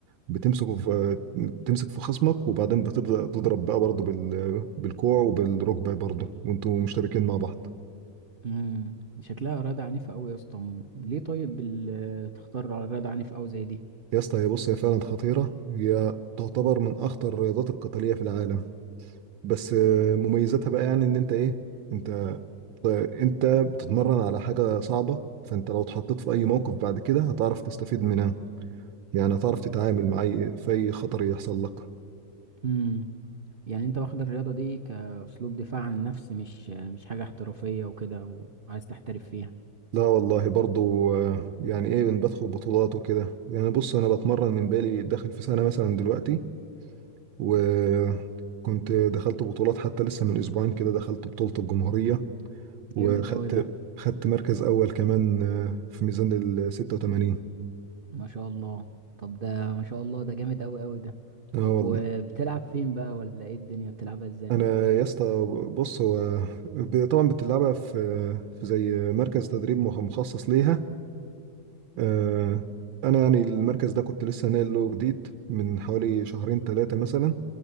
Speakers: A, on the right; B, on the right.
A: بتمسكه في بتمسك في خصمك وبعدين بتبدأ تضرب بقى برضه بال... بالكوع وبالركبة برضه وانتوا مشتبكين مع بعض
B: امم شكلها رياضة عنيفة قوي يا اسطى مم. ليه طيب ال- آه، تختار على رياضة عنيفة قوي زي دي
A: يا اسطى هي بص هي فعلا خطيرة هي تعتبر من أخطر الرياضات القتالية في العالم بس آه، مميزاتها بقى يعني إن أنت إيه أنت أنت بتتمرن على حاجة صعبة فأنت لو اتحطيت في أي موقف بعد كده هتعرف تستفيد منها يعني هتعرف تتعامل مع أي في أي خطر يحصل لك
B: امم يعني انت واخد الرياضة دي كاسلوب دفاع عن النفس مش آه، مش حاجة احترافية وكده وعايز تحترف فيها
A: لا والله برضو آه، يعني ايه بن- بدخل بطولات وكده يعني بص انا بتمرن من بالي داخل في سنة مثلا دلوقتي وكنت دخلت بطولات حتى لسه من اسبوعين كده دخلت بطولة الجمهورية وخدت
B: جامد قوي ده
A: خدت مركز اول كمان آه، في ميزان ال 86
B: ما شاء الله طب ده ما شاء الله ده جامد قوي قوي ده
A: اه
B: طب
A: والله
B: وبتلعب فين بقى ولا ايه الدنيا بتلعبها ازاي
A: انا يا اسطى بص هو ب- طبعا بتلعبها في في زي مركز تدريب مخ- مخصص ليها آه، انا يعني المركز ده كنت لسه ناقل له جديد من حوالي شهرين ثلاثة مثلا